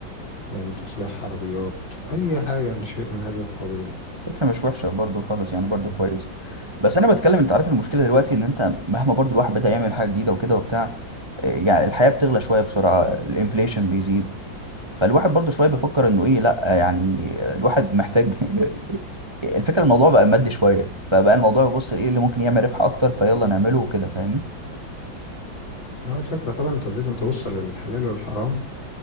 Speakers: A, on the left (about 75°); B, on the right (about 20°).
A: يعني تصليح عربيات اي حاجة يعني شيء من هذا القبيل
B: فكره مش وحشه برضو خالص يعني برضو
A: مم.
B: كويس بس انا بتكلم انت عارف المشكله دلوقتي ان انت مهما برضو الواحد بدا يعمل حاجه جديده وكده وبتاع إيه، يعني الحياه بتغلى شويه بسرعه الانفليشن بيزيد فالواحد برضو شويه بيفكر انه ايه لا يعني الواحد محتاج <laughs> الفكره الموضوع بقى مادي شويه فبقى الموضوع بيبص ايه اللي ممكن يعمل ربح اكتر فيلا نعمله وكده فاهمني
A: اول فكرة طبعا انت لازم تبص للحلال والحرام